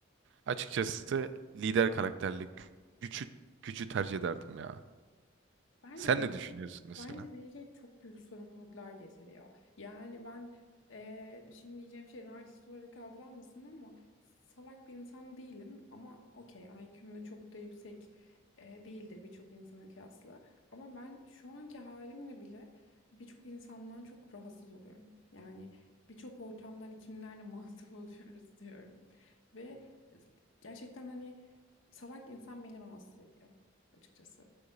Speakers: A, on the right; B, on the left.
A: Açıkçası lider karakterli gü- gücü gücü tercih ederdim ya.
B: Bence
A: Sen
B: bilgi,
A: ne düşünüyorsun mesela?
B: bence bilgi çok büyük sorumluluklar getiriyor. Yani ben eee, şimdi diyeceğim şey narsist olarak algılanmasın ama salak bir insan değilim ama okey IQ'm de çok da yüksek eee, değildir birçok insana kıyasla. Ama ben şu anki halimle bile birçok insandan çok rahatsız oluyorum. Yani birçok ortamdan hani kimlerle muhatap <laughs> oluyoruz diyorum. Ve gerçekten hani salak insan beni rahatsız ediyor açıkçası